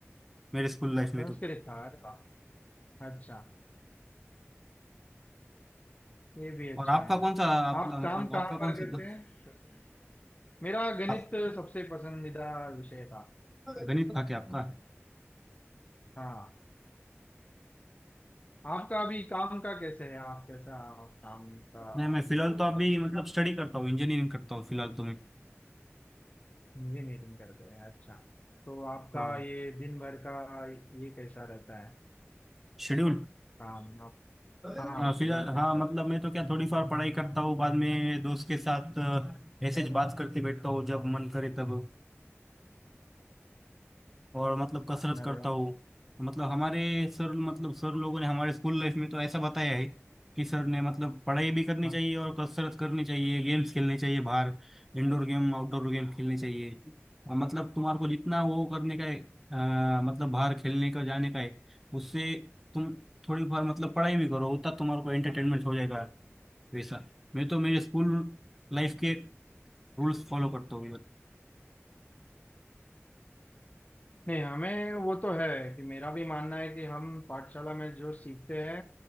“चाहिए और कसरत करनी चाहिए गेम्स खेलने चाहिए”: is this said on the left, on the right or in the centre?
Centre